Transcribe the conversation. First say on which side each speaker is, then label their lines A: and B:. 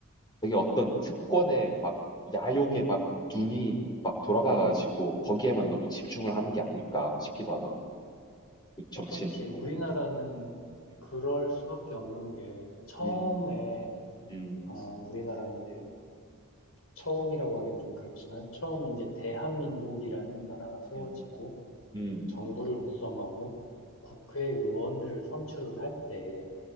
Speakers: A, on the left; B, on the left.
A: 되게 어떤 특권에 막 야욕에 막 눈이 막 돌아가가지고 거기에만 너무 집중을 하는 게 아닐까 싶기도 하더라. 그 정치인들
B: 그렇지. 우리나라는
A: 보면. 음,
B: 그럴 수밖에 없는 게 처음에
A: 음, 음,
B: 어, 우리나라 이제 처음이라고 하기엔 좀 그렇지만 처음 이제 대한민국이라는 나라가 세워지고
A: 음, 음.
B: 정부를 구성하고 국회의원들을 선출을 할 때,